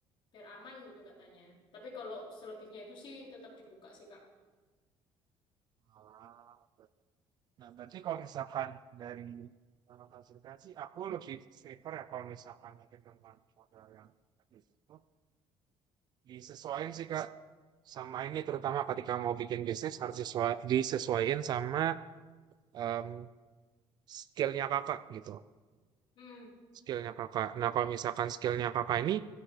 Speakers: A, on the left; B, on the right.
A: biar aman gitu katanya. Tapi kalau selebihnya itu sih tetap dibuka sih, Kak.
B: Ah, oke. Nah, berarti kalau misalkan dari eh, fasilitasi, aku lebih prefer ya kalau misalkan mungkin dengan modal yang habis itu, disesuaikan sih Kak sama ini terutama ketika mau bikin bisnis harus disesua- disesuaiin sama em, skillnya Kakak gitu.
A: Hmm.
B: Skillnya Kakak. Nah kalau misalkan skillnya Kakak ini